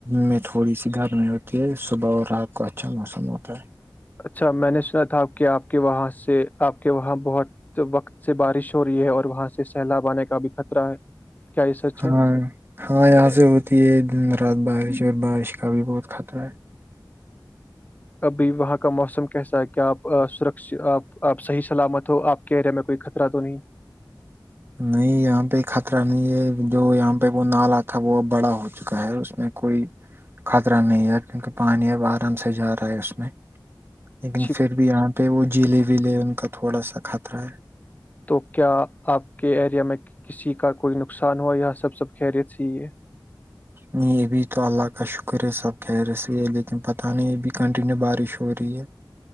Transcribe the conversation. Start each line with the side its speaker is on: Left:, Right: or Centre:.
Right: میں تھوڑی سی گرمی ہوتی ہے صبح اور رات کو اچھا موسم ہوتا ہے
Left: اچھا میں نے سنا تھا آپ کہ آپ کے وہاں سے آپ کے وہاں بہت وقت سے بارش ہو رہی ہے اور وہاں سے سیلاب آنے کا بھی خطرہ ہے کیا یہ سچ
Right: ہاں
Left: ہے
Right: ہاں یہاں سے ہوتی ہے دن رات بار <unintelligible> ید بارعش کا بھی بہت خطرہ ہے <unintelligible>
Left: ابھی وہاں کا موسم کیسا ہے کیا آپ سرپ آپ صحیح سلامت ہو آپ کے ایریا میں کوئی خطرہ تو نہیں
Right: نہیں یہاں پہ خطرہ نہیں ہے جو یہاں پہ وہ نالا تھا وہ ا بڑا ہو چکا ہے اس میں کوئی خطرہ نہیں ہے کیونکہ پانی اب آرام سے جا رہا ہے اس میں
Left: اچھی
Right: لیکن پھر بھی یہاں <unintelligible> پہ وہ جیلے ویلے ان کا تھوڑا سا خطرہ ہے <unintelligible>
Left: تو کیا آپ کے ایریا میں کسی کا کوئی نقصان ہوا سب سب خیریت سے ہیی ہے <unintelligible>
Right: نہیں ابھی تو اللہ کا شکر ہے سب کہ رہےس ہے لیکن پتہ نہیں ابھی کنٹینیو بارش ہو رہی ہے